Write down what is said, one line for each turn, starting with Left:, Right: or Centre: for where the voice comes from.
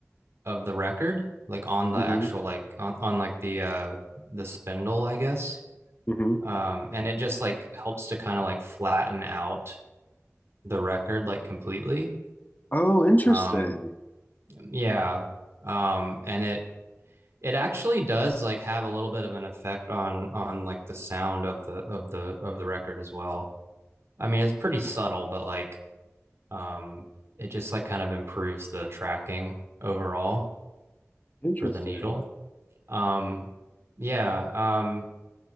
Right: of the record like on the
Left: Mm-hmm.
Right: actual like on on like the uh the spindle I guess
Left: hmm
Right: um and it just like helps to kind of like flatten out the record like completely
Left: Oh, interesting.
Right: Um, yeah. Um, and it it actually does like have a little bit of an effect on on like the sound of the of the of the record as well. I mean, it's pretty subtle, but like um it just like kind of improves the tracking overall
Left: Interesting.
Right: for the needle. Um yeah, um